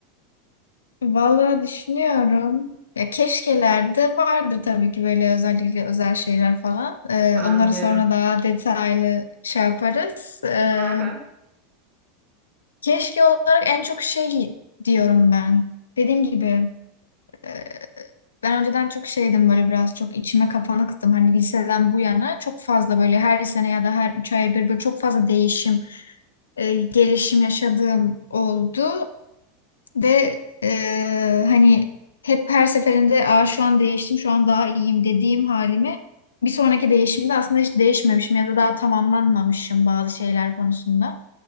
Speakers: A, on the left; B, on the right.
A: Vallahi düşünüyorum. Ya keşkelerde vardır tabii ki böyle özellikle özel şeyler falan. Ee,
B: <laughs> Anlıyorum.
A: onları sonra daha detaylı şey yaparız. Ee,
B: Aha.
A: keşke olarak en çok şey diyorum ben. Dediğim gibi e, ben önceden çok şeydim böyle biraz çok içime kapanıktım. Hani liseden bu yana çok fazla böyle her sene ya da her üç ay bir, böyle çok fazla değişim, e, gelişim yaşadığım oldu. Ve e, hani hep her seferinde Aa, şu an değiştim, şu an daha iyiyim dediğim halimi bir sonraki değişimde aslında hiç değişmemişim ya da daha tamamlanmamışım bazı şeyler konusunda.